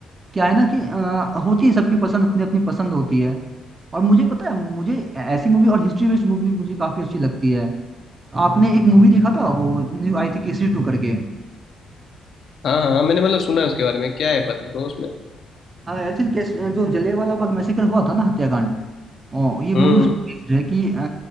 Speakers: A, on the right; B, on the left.
A: क्या है ना कि अ, होती है सबकी पसंद अपनी अपनी पसंद होती है और मुझे पता है मुझे ऐसी मूवी और हिस्ट्री बेस्ड मूवी मुझे काफी अच्छी लगती है आपने एक मूवी देखा था वो न्यू आई थी केसरी टू करके
B: हाँ हाँ हाँ, मैंने मतलब सुना है उसके बारे में क्या है ब्रो उसमें
A: एक्चुअली केस जो जलियांवाला बाग मैसेकर हुआ था ना हत्याकांड ओ, ये मूवी
B: हम्म हम्म।
A: उसमें बेस्ड है कि अ,